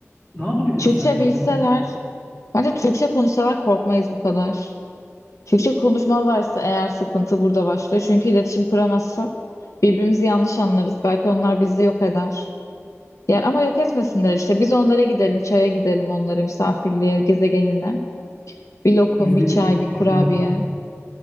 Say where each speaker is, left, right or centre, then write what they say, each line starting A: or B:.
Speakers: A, on the left; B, on the left.
A: ne yapabiliriz
B: Türkçe
A: sence
B: bilseler,
A: o zaman?
B: bence Türkçe konuşsalar korkmayız bu kadar. Türkçe konuşmazlarsa eğer sıkıntı burada başlıyor. Çünkü iletişim kuramazsak birbirimizi yanlış anlarız. Belki onlar bizi yok eder. Yani ama yok etmesinler işte. Biz onlara gidelim, çaya gidelim onlara misafirliğe, gezegenine. Bir lokum,
A: İzlediğim
B: bir çay,
A: bir film
B: bir kurabiye.
A: var.